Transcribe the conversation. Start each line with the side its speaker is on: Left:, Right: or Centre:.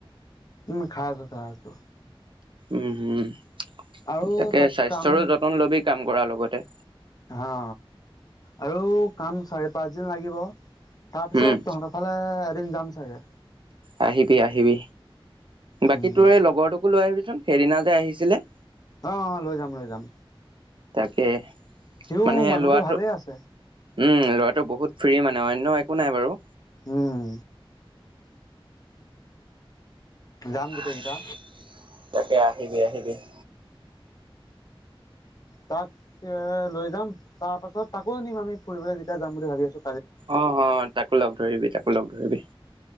Left: উম খাই আছো খাই আছো
Right: উম উম
Left: আৰু
Right: তাকে
Left: তাত
Right: স্বাস্থ্যৰো
Left: কাম
Right: যতন ল'বি কাম কৰাৰ লগতে
Left: হা আৰু কাম চাৰি পাঁচ দিন লাগিব তাৰ পিছত
Right: উম
Left: তহঁতৰ ফালে এদিন যাম চাগে
Right: আহিবি আহিবি,
Left: উম,
Right: বাকী তোৰ এই লগৰটোকো লৈ আহিবিচোন সেইদিনা যে আহিছিলে
Left: অ অ লৈ যাম লৈ যাম
Right: তাকে
Left: সিওঁ
Right: মানে
Left: মানুহটো
Right: ল'ৰাটো
Left: ভালেই আছে
Right: উম ল'ৰাটো বহুত ফ্ৰী মানে অন্য একো নাই বাৰু
Left: উম যাম
Right: <inaudible>
Left: গোটেইকেইটা
Right: তাকে আহিবি আহিবি <inaudible>
Left: তাক, ইএ লৈ যাম, তাৰপাছত তাকো নিম আমি ফুৰিবলে যেতিয়া যাম বুলি ভাবি আছো।
Right: অ-হন'ত, তাকো লগ ধৰিবি-তাকো লগ ধৰিবি।